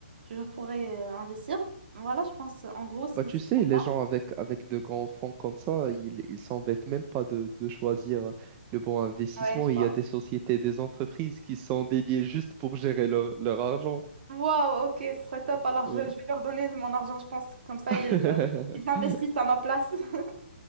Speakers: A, on the right; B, on the right.
A: je pourrais euh, investir. Voilà, je pense, en gros, c'est
B: Bah, tu
A: c'est
B: sais,
A: ça.
B: les gens avec, avec de grands fonds comme ça, ils, ils s'embêtent même pas de, de choisir le bon investissement.
A: Ouais, je
B: Il
A: pense.
B: y a des sociétés, des entreprises qui sont dédiées juste pour gérer leur, leur argent.
A: Wow, ok, ce serait top. Alors, je,
B: Ouais.
A: je vais leur donner de mon argent, je pense. Comme ça,
B: <laughs>
A: ils, euh, ils investissent à ma place. <laughs>